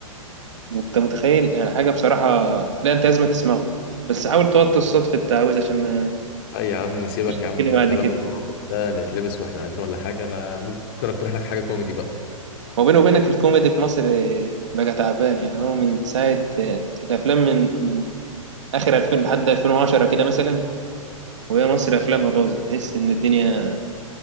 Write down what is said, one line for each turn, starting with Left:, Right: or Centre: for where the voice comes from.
Right: انت متخيل يعني حاجه بصراحه لا انت لازم تسمعه بس حاول توطي الصوت في التعويذ عشان ما
Left: اي يا عم سيبك
Right: تشتكي
Left: يا عم من
Right: لي بعد
Left: الكلام
Right: كده
Left: الرعب ده نتلبس واحنا قاعدين ولا حاجه انا ممكن اقترح لك حاجه كوميدي بقى
Right: وبيني وبينك الكوميدي في مصر آه، بقى تعبان يعني هو من ساعه آه، الافلام من من اخر 2000 لحد 2010 كده مثلا وهي مصر افلامها باظت تحس ان الدنيا